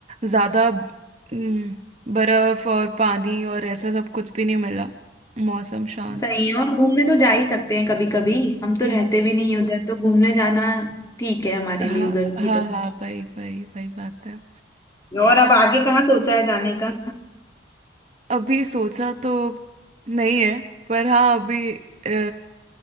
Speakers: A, on the right; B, on the left.
A: ज्यादा हम्म, बर्फ और पानी और ऐसा सब कुछ भी नहीं मिला मौसम शांत
B: सही
A: था
B: है और घूमने तो जा ही सकते हैं कभी कभी हम तो रहते
A: हम्म
B: भी नहीं हैं उधर तो घूमने जाना ठीक है हमारे
A: हाँ
B: लिए उधर की
A: हाँ
B: तरफ
A: हाँ भाई भाई भाई बात है
B: और अब आगे कहाँ सोचा है जाने का
A: अभी सोचा तो नहीं है पर हाँ अभी अ,